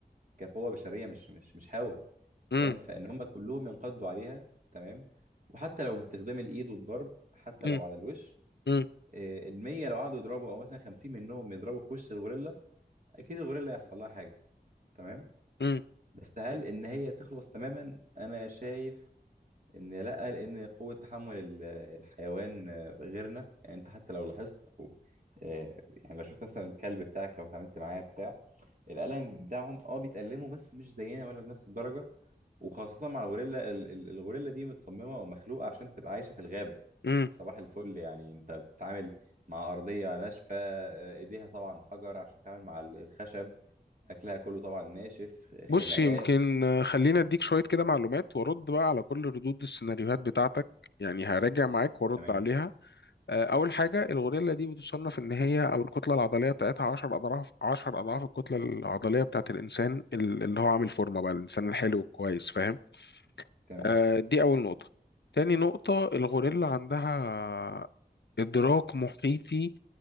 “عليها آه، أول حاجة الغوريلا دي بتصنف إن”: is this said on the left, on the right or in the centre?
Left